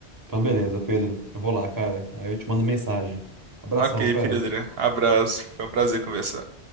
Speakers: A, on the right; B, on the right.
A: Então, beleza, Pedro. Eu vou lá, cara. Aí eu te mando mensagem. Abração,
B: Ok,
A: cara.
B: Pedro. Abraço. Foi um prazer conversar.